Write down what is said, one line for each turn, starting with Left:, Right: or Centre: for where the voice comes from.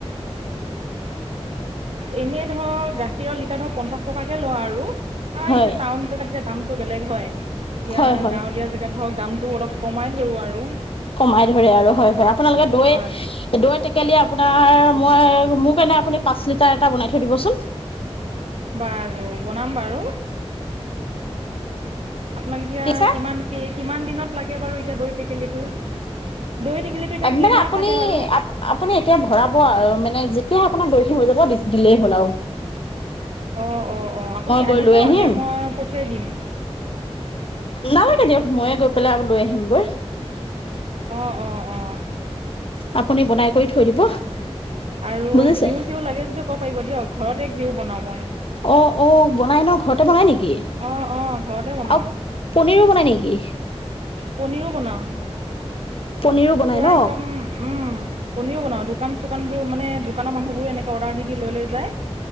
Right: এনেই ধৰ গাখীৰৰ লিটাৰ ধৰ পঞ্চাশ টকাকে লওঁ আৰু এতিয়া
Left: হয়।
Right: টাউন জেগাত <unintelligible> দামটো বেলেগ হয় এতিয়া
Left: হয়
Right: গাঁৱলীয়া
Left: হয়
Right: জেগাত ধৰক দামটো অলপ কমাই ধৰোঁ আৰু।
Left: কমাই ধৰে আৰু হয়, হয় আপোনালোকে দৈ
Right: হয়
Left: দৈ টেকেলি আপোনাৰ মই মোক নে আপুনি পাঁচ লিটাৰ এটা বনাই থৈ দিবচোন।
Right: বাৰু বনাম বাৰু। আপোনাক এতিয়া
Left: কেঁচা
Right: কিমান কে কিমান দিনত লাগে বাৰু এতিয়া দৈ টেকেলিটো? দৈ টেকেলিটো এতিয়া কেইদিনত
Left: মানে আপুনি
Right: লাগে বাৰু?
Left: আপুনি এতিয়া ভৰাব আৰু মানে যেতিয়া আপোনাৰ দৈ খিণি হৈ যাব দিলেই হ'ল আউ।
Right: অ অ অ আপুনি
Left: গৈ
Right: আহিব
Left: লৈ আহিম
Right: নে মই পঠিয়াই দিম?
Left: নালাগে দিয়ক ময়ে গৈ পেলাই আউ লৈ আহিমগৈ।
Right: অ অ অ।
Left: আপুনি বনাই কৰি থৈ দিব
Right: হয়, হয় আৰু
Left: বুজিছে
Right: ঘিউ -চিউ লাগে যদি <unintelligible> পাৰিব দিয়ক ঘৰতে ঘিউ বনাওঁ মই।
Left: অঁ অঁ বনাই ন ঘৰতে বনায় নেকি?
Right: অ অ ঘৰতে বনাও।
Left: আৰু পনীৰো বনাই নেকি?
Right: পনীৰো বনাও
Left: পনীৰো বনাই
Right: পুৱা
Left: ন
Right: একদম উম পনীৰো বনাব দোকান চোকানবোৰ মানে দোকানৰ মানুহবোৰ এনেকে অৰ্ডাৰ দি দি লৈ লৈ যায়।